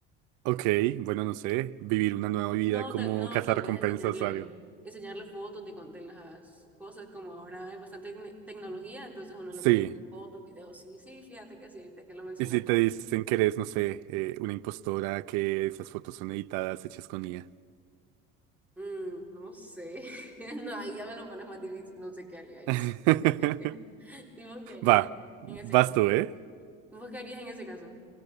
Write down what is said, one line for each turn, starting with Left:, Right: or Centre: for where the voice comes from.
Right: ok, bueno, no sé, vivir una nueva vida
Centre: No,
Right: como
Centre: tal, no,
Right: recompensas,
Centre: tal vez enseñarle,
Right: Ario.
Centre: enseñarle fotos de, con- de las cosas, como ahora hay bastante tecne- tecnología, entonces uno le
Right: Sí,
Centre: puede enseñar fotos, videos, sí, sí, fíjate que sí, ahorita que lo mencionas.
Right: y si te dicen que eres, no sé, eh, una impostora, que esas fotos son editadas, hechas con IA.
Centre: Mm, no sé, <laughs> no, ahí ya me lo pones más difícil, no sé qué haría ahí,
Right: <laughs>
Centre: sí, no sé qué haría. <laughs> ¿Y vos qué harías
Right: Va, vas
Centre: en ese caso?
Right: tú, ¿eh?
Centre: ¿Vos qué harías en ese caso?